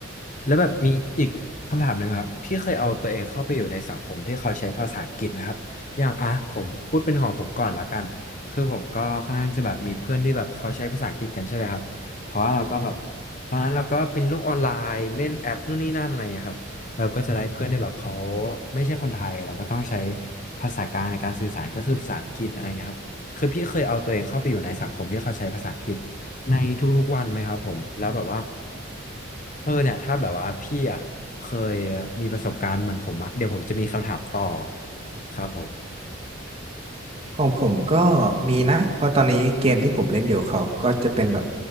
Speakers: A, on the left; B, on the right.
A: แล้วแบบมีอีกคำถามหนึ่งครับพี่เคยเอาตัวเองเข้าไปอยู่ในสังคมที่เขาใช้ภาษาอังกฤษไหมครับอย่างอ่ะผมพูดเป็นของผมก่อนละกันคือผมก็ค่อนข้างจะแบบมีเพื่อนที่แบบเขาใช้ภาษาอังกฤษกันใช่ไหมครับเพราะว่าเราก็แบบตอนนั้นเราก็เป็นโลกออนไลน์เล่นแอปนู่นนี่นั่นอะไรอย่างเงี้ยครับเราก็จะได้เพื่อนที่แบบเขาไม่ใช่คนไทยเราก็ต้องใช้ภาษากลางในการสื่อสารก็คือภาษาอังกฤษอะไรเงี้ยครับคือพี่เคยเอาตัวเองเข้าไปอยู่ในสังคมที่เขาใช้ภาษาอังกฤษในทุกๆวันไหมครับผมแล้วแบบว่า เออเนี่ยถ้าแบบว่าพี่อ่ะเคยมีประสบการณ์เหมือนผมอ่ะเดี๋ยวผมจะมีคำถามต่อครับผม
B: ของผมก็มีนะเพราะตอนนี้เกมที่ผมเล่นอยู่เขาก็จะเป็นแบบ